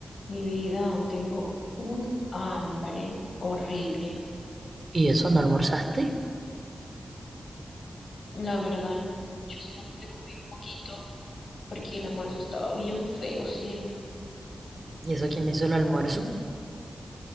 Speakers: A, on the left (about 75°); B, on the right (about 45°).
A: Mi vida, tengo un hambre horrible.
B: ¿Y eso no almorzaste?
A: La verdad, no. Yo solamente comí un poquito porque el almuerzo estaba bien feo, cielo.
B: ¿Y eso quién le hizo el almuerzo?